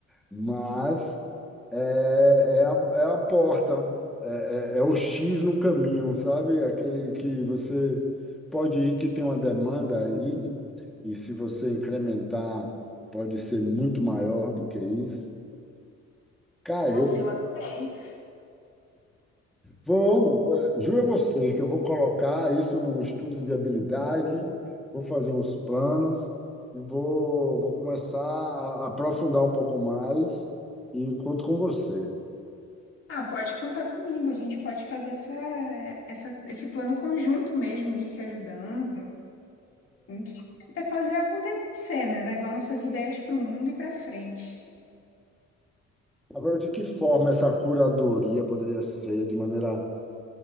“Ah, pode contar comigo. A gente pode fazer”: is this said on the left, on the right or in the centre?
Left